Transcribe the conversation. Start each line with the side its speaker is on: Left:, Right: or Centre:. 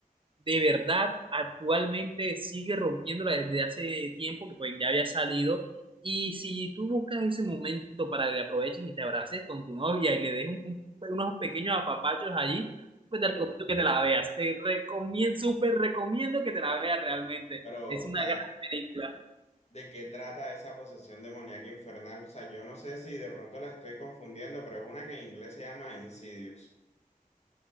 Right: de verdad actualmente sigue rompiéndola desde hace tiempo, que pues ya había salido. Y si tú buscas ese momento para que aproveches y te abraces con tu novia y le des un- un- unos pequeños apapachos allí, pues te recomiendo que te la veas. Te recomiendo, súper recomiendo que te la veas realmente.
Left: Pero,
Right: Es una
Left: o sea,
Right: gran película.
Left: ¿de qué trata esa posesión demoníaca infernal? O sea, yo no sé si de pronto la estoy confundiendo, pero es una que en inglés se llama Insidious.